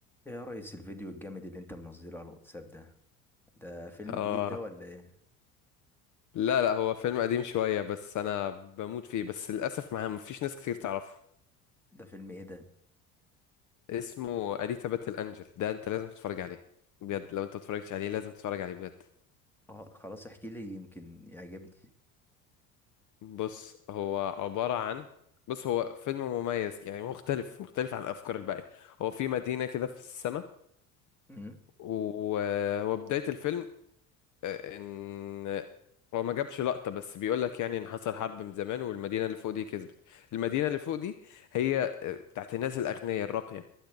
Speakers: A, in the centre; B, on the left.
A: ايه يا ريس الفيديو الجامد اللي انت منزله على الواتساب ده ده فيلم
B: اه
A: جديد ده ولا ايه
B: لا لا هو فيلم قديم شوية بس أنا بموت فيه بس للأسف ما مفيش ناس كتير تعرفه
A: ده فيلم ايه ده
B: اسمه أليتا باتل أنجل ده أنت لازم تتفرج عليه بجد لو أنت متفرجتش عليه لازم تتفرج عليه بجد
A: اه خلاص احكي لي يمكن يعجبني
B: بص هو عبارة عن بص هو فيلم مميز يعني مختلف مختلف عن الأفكار الباقية هو في مدينة كده في السماء
A: امم
B: وهو بداية الفيلم آه، ان هو ما جابش لقطة بس بيقول لك يعني ان حصل حرب من زمان والمدينة اللي فوق دي كسبت المدينة اللي فوق دي هي آه، بتاعت الناس الأغنياء الراقية